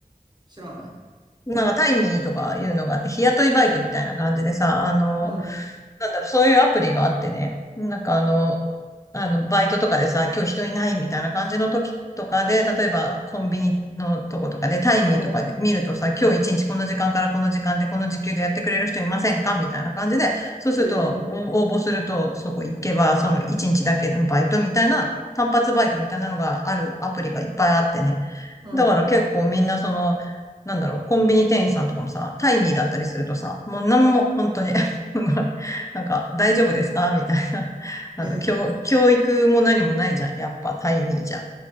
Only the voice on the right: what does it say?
知らない。
うん。
うん。
えー、
うん。
え